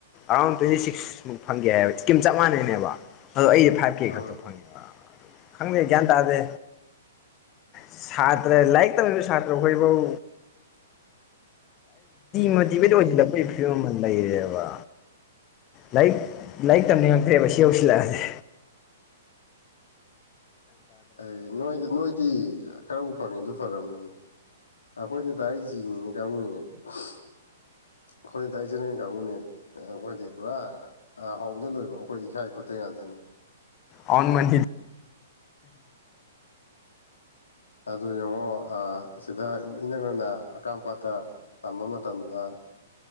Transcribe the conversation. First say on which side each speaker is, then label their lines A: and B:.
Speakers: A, on the left; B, on the left.
A: ꯑꯔꯥꯎꯟ
B: ꯎꯝ
A: ꯇ꯭ꯋꯦꯟꯇꯤ ꯁꯤꯛꯁꯃꯨꯛ ꯐꯪꯒꯦ ꯍꯥꯏꯕꯀꯤꯝ ꯆꯞ ꯃꯥꯟꯅꯩꯅꯦꯕ ꯑꯗꯣ ꯑꯩꯁꯦ ꯐꯥꯏꯚ ꯀꯦ
B: ꯎꯝ
A: ꯈꯛꯇ ꯐꯪꯉꯦꯕ ꯈꯪꯗꯦ ꯒ꯭ꯌꯥꯟ ꯇꯥꯗꯦ ꯁꯥꯇ꯭ꯔ ꯂꯥꯏꯔꯤꯛ ꯇꯝꯃꯤꯕ ꯁꯥꯇ꯭ꯔ ꯍꯈꯣꯏꯐꯧ
B: <inaudible>
A: ꯃꯗꯤꯤꯕꯗ ꯄ ꯐ ꯂꯩꯔꯦꯕ ꯂꯥꯏꯔꯤꯛ ꯂꯥꯏꯔꯤꯛ ꯇꯝꯅꯤꯡꯉꯛꯇ꯭ꯔꯦꯕ ꯁꯤ ꯌꯧꯁꯤꯜꯂꯛꯑꯁꯦ
B: ꯑꯦ ꯅꯣꯏꯗ ꯅꯣꯏꯗꯤ ꯈꯔꯕꯨ ꯐꯪꯉꯦ ꯑꯗꯨ ꯐꯔꯕꯅꯤꯅꯤ ꯑꯩꯈꯣꯏꯗ ꯗꯥꯏꯔꯦꯛ ꯌꯦꯤꯡꯉꯤꯅꯦ ꯀꯥꯡꯕꯨꯔꯤꯅꯦ <inaudible> ꯑꯩꯈꯣꯏ ꯗꯥꯏ ꯏꯆꯦꯔꯦꯟ ꯀꯥꯡꯕꯨꯅꯦ ꯑꯩꯈꯣꯏꯗꯤ ꯄꯨꯔꯥ ꯍꯗ ꯂꯣꯏꯕ ꯑꯩꯈꯣꯏ ꯏꯀꯥꯏ ꯈꯨꯠꯇ ꯉꯥꯛꯇꯅꯤ <inaudible>
A: ꯑꯣꯟ ꯃꯅꯤ
B: ꯑ ꯑꯗꯨ ꯌꯦꯡꯉꯣ ꯁꯤꯗ ꯏꯅꯛ ꯅꯅ ꯑꯀꯥꯝꯄꯥꯠꯇ ꯇꯝꯕ ꯃꯇꯝꯗ